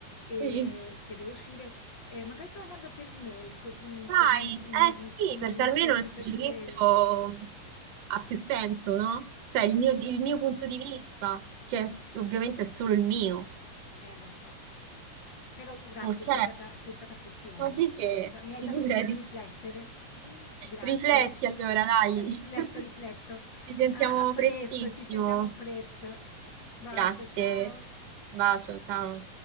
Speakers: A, on the left; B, on the right.
A: e
B: Eh, sì.
A: che devo uscire, eh, magari te lo mando per email così,
B: Dai,
A: così mi,
B: eh
A: mi dici
B: sì, perché almeno
A: così
B: il
A: perché...
B: giudizio ha più senso, no? Cioè il mio,
A: es-
B: il mio punto di vista, che è s- ovviamente è solo il mio.
A: eh, lo so. Però grazie,
B: Ok,
A: sei stata, sei stata preziosa.
B: ma di che?
A: Comunque, mi hai
B: Figurati.
A: dato su cosa riflettere. <laughs> Grazie.
B: Rifletti allora, dai.
A: Rifletto,
B: <laughs>
A: rifletto.
B: Ci sentiamo
A: a a presto,
B: prestissimo.
A: ci sentiamo presto. Un bacio,
B: Grazie.
A: ciao.
B: Bacio, ciao.